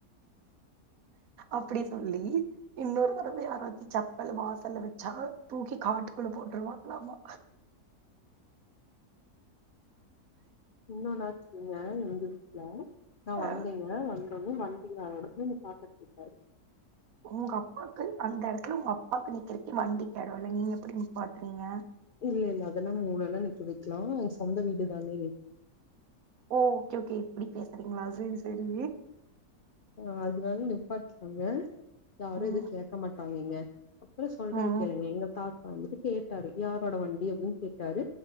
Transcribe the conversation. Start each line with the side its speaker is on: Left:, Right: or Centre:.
Right: அப்படி சொல்லி இன்னொரு தடவ யாராச்சு செப்பல் வாசல்ல வச்சா தூக்கி காட்டுக்குள்ள போட்டுருவாங்களாமா
Left: இன்னொன்னு ஆச்சுங்க எங்க வீட்ல நா வந்தேங்க
Right: அ
Left: வந்தோன வண்டியாரோடதுன்னு பாத்துட்டு இருந்தாரு
Right: உங்க அப்பாக்கு அந்த எடத்துல உங்க அப்பாக்கு நிக்கிறக்கே வண்டிக்கு எடோ இல்ல நீங்க எப்டி நிப்பாட்டுறீங்க
Left: இல்ல இல்ல அதெல்லா மூலைல நிக்க வைக்கலா அது சொந்த வீடுதானே
Right: ஓ ஓகே ஓகே இப்டி பேசுறீங்களா சேரி சேரி
Left: ஆ அதனால நிப்பாட்டிக்கலாங்க யாரு
Right: ம்
Left: எது கேட்க மாட்டாங்கங்க அப்போ சொல்றத
Right: ம்
Left: கேளுங்க எங்க தாத் வந்துட்டு கேட்டாரு யாரோட வண்டி அப்டின்னு கேட்டாரு